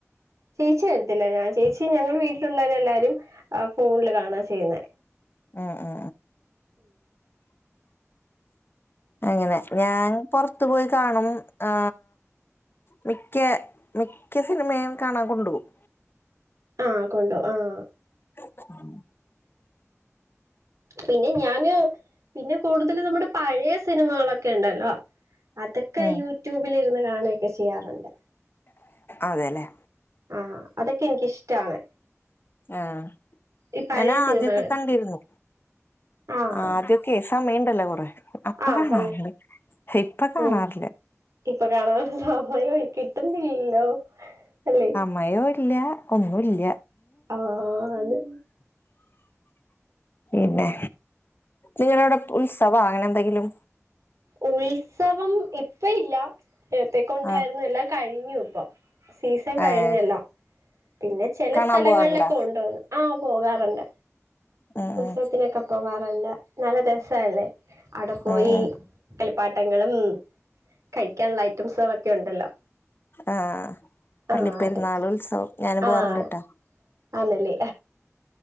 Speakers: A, on the right; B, on the left.
A: ചേച്ചി വരത്തില്ല ഞാൻ ചേച്ചി ഞങ്ങളടെ വീട്ടിലുള്ളവരെല്ലാ ഫോണിൽ കാണ ചെയ്യുന്നേ.
B: അഅആ അങ്ങനെ ഞാൻ പുറത്തു പോയി കാണും ആ. മിക്ക മിക്ക സിനിമയും കാണാൻ കൊണ്ടുപകും.
A: ആഹ കൊണ്ടു ആഹ.
B: <inaudible>
A: പിന്നെ ഞാന് പിന്നെ കൂടുതൽ നമ്മുടെ പഴയ സിനിമകളോ ഉണ്ടല്ലോ അതൊക്കെ
B: ഉം
A: യൂട്യൂബിലിരുന്ന് കാണുകയൊക്കെ ചെയ്യാറുണ്ട്.
B: അതെല്ലേ.
A: ആഹ അതൊക്കെ എനിക്കിഷ്ടാണ്.
B: ആഹ
A: ഈ പഴയ
B: ഞാൻ ആദ്യൊക്കെ
A: സിനിമകള്
B: കണ്ടിരുന്നു.
A: ആഹ്
B: ആദ്യോക്കെ സമയണ്ടല്ലോ കൊറെ. അപ്പ
A: ആഹ്
B: കാണാറുണ്ട്
A: സമയം
B: ഇപ്പ കാണാറില്ലാ
A: ഓ ഇപ്പൊ കാണാനുള്ള സമയം കിട്ടണ്ടില്ലല്ലോ അല്ലെ.
B: മയോ ഇല്ല ഒന്നും ഇല്ല.
A: ആഹ് അത്
B: പിന്നെ നിങ്ങടവിടെ ഉത്സവ അങ്ങനെ എന്തെങ്കിലും.
A: ഉത്സവം ഇപ്പ ഇല്ല. നേര്ത്തേക്കേ ഉണ്ടായിരുന്നു
B: ആഹ്
A: എല്ലാം കഴിഞ്ഞു ഇപ്പൊ സീസൺ കഴിഞ്ഞല്ലാ
B: ഏഹ്
A: പിന്നെ ചെല
B: കാണാൻ
A: സ്ഥലങ്ങളിലൊക്കെ
B: പോവാറുണ്ടാ
A: കൊണ്ടുവന്ന് ആഹ പോകാറുണ്ട്
B: ഉം
A: ഉത്സവത്തിനൊക്കെ.
B: ഉം
A: പോവാറുണ്ട് നല്ല രസല്ലേ അവിടെ പോയി.
B: ഉം ഉം
A: കളിപ്പാട്ടങ്ങളും കഴിക്കാനുള്ള ഐറ്റംസുകളൊക്കെ ഉണ്ടല്ലോ.
B: ആ പള്ളി
A: ആഹ്
B: പെരുന്നാൾ
A: അതൊക്കെ
B: ഉത്സവം ഞാനും
A: ആഹ്
B: പോകാറുണ്ട്.
A: ആന്നല്ലേ